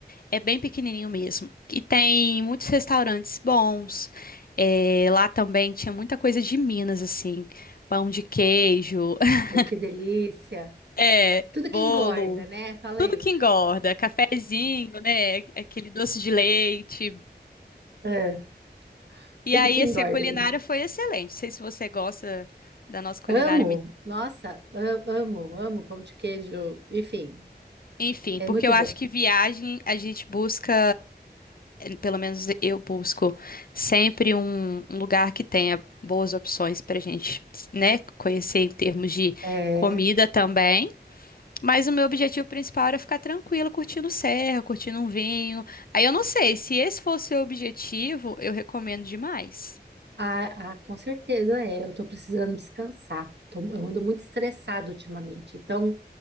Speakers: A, on the left; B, on the right.
A: É bem pequenininho mesmo. E tem muitos restaurantes bons. É, lá também tinha muita coisa de Minas, assim, pão de queijo. <laughs>
B: Ai, que delícia.
A: É,
B: Tudo
A: bolo,
B: que engorda, né? Fala
A: tudo
B: aí.
A: que engorda, cafezinho, né? Aquele doce de leite.
B: É,
A: E
B: tudo
A: aí,
B: que engorda,
A: assim, a culinária
B: meu Deus.
A: foi excelente. Não sei se você gosta da nossa culinária
B: Amo.
A: mineira.
B: Nossa, a- amo, amo pão de queijo. Enfim,
A: Enfim,
B: é
A: porque
B: muito
A: eu
B: bom.
A: acho que viagem a gente busca. pelo menos eu busco sempre um, um lugar que tenha boas opções para a gente, né, conhecer em termos de
B: É,
A: comida
B: é.
A: também. Mas o meu objetivo principal era ficar tranquila, curtindo serra, curtindo um vinho. Aí eu não sei, se esse for o seu objetivo, eu recomendo demais.
B: Ah, ah, com certeza é. Eu tô precisando descansar. Tô- eu ando muito estressado ultimamente. Então,